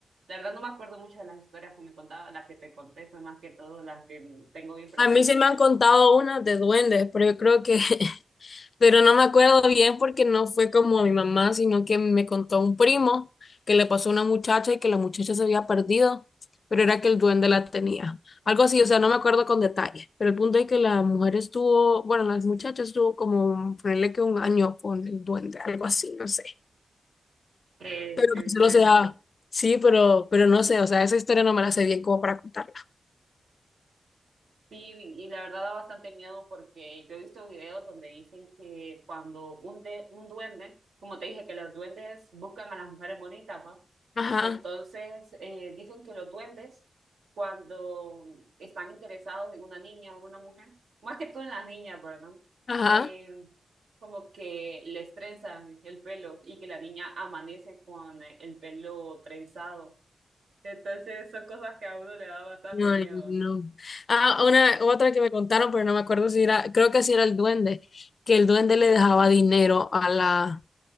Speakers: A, on the right; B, on the left.
A: La verdad no me acuerdo mucho de las historias que me contaba, las que te conté fue más que todo las que tengo bien presentes.
B: A mí sí me han contado unas de duendes, pero yo creo que pero no me acuerdo bien porque no fue como mi mamá, sino que me contó un primo que le pasó a una muchacha y que la muchacha se había perdido, pero era que el duende la tenía. Algo así, o sea, no me acuerdo con detalle, pero el punto es que la mujer estuvo, bueno, las muchachas estuvo como, ponerle que un año con el duende, algo así, no sé.
A: Eh,
B: Pero
A: en
B: que solo
A: serio.
B: sea, sí, pero, pero no sé, o sea, esa historia no me la sé bien como para contarla.
A: Y, y la verdad da bastante miedo porque yo he visto videos donde dicen que cuando un, de, un duende, como te dije, que los duendes buscan a las mujeres bonitas, ¿va?
B: Ajá,
A: Entonces, eh, dicen que los duendes, cuando están interesados en una niña o una mujer, más que todo en las niñas, ¿verdad?
B: ajá.
A: Eh, como que les trenzan el pelo y que la niña amanece con el pelo trenzado. Entonces, son cosas que a uno le da bastante
B: Ay,
A: miedo.
B: no. Ah, una, otra que me contaron, pero no me acuerdo si era, creo que si era el duende, que el duende le dejaba dinero a la,